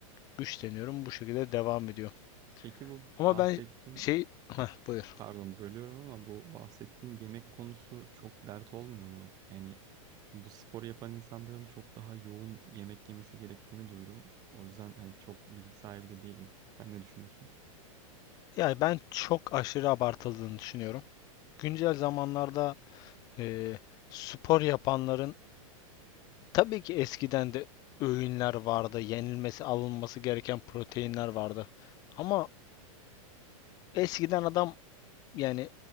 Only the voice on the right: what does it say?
Peki bu
bahsettiğin,
pardon bölüyorum ama bu bahsettiğin yemek konusu çok dert olmuyor mu? Yani bu spor yapan insanların çok daha yoğun yemek yemesi gerektiğini duydum. O yüzden hani çok bilgi sahibi de değilim. Sen ne düşünüyorsun?